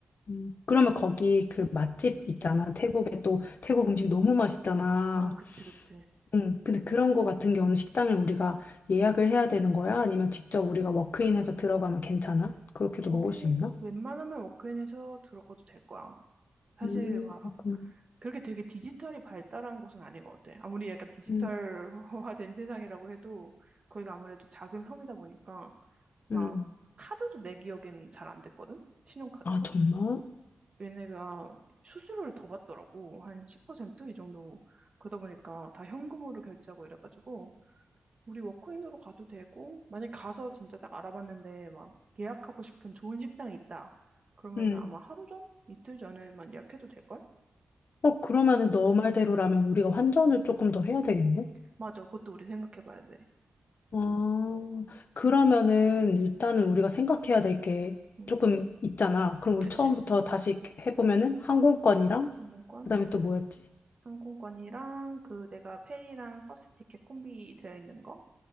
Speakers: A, on the left; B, on the right.
A: 음, 그러면 거기 그 맛집 있잖아. 태국에 또 태국 음식 너무 맛있잖아.
B: 아, 그치, 그치.
A: 음, 근데 그런 거 같은 경우는 식당을 우리가 예약을 해야 되는 거야? 아니면 직접 우리가 워크인해서 들어가면 괜찮아? 그렇게도
B: 거기
A: 먹을 수 있나?
B: 웬만하면 워크인에서 들어가도 될 거야. 사실
A: 음,
B: 막
A: 그렇구나.
B: 그렇게 되게 디지털이 발달한 곳은 아닌 것 같아. 아무리 약간 디지털화된
A: 음,
B: <laughs> 세상이라고 해도 거기가 아무래도 작은 섬이다 보니까 막
A: 음.
B: 카드도 내 기억엔 잘 안 됐거든? 신용카드도?
A: 아, 정말?
B: 얘네가 수수료를 더 받더라고. 한 10%이 정도. 그러다 보니까 다 현금으로 결제하고 이래가지고 우리 워크인으로 가도 되고, 만약에 가서 진짜 딱 알아봤는데 막 예약하고 싶은 좋은 식당이 있다. 그러면은
A: 음.
B: 아마 하루 전? 이틀 전에만 예약해도 될걸?
A: 어, 그러면은 너 말대로라면 우리가 환전을 조금 더 해야 되겠네?
B: 맞아. 그것도 우리 생각해봐야 돼.
A: 아, 그러면은 일단은 우리가 생각해야 될 게
B: 응.
A: 조금 있잖아. 그럼 우리
B: 그치?
A: 처음부터 다시 해보면은 항공권이랑
B: 항공권?
A: 그다음에 또 뭐였지?
B: 항공권이랑 그 내가 페리랑 버스 티켓 콤비 되어 있는 거?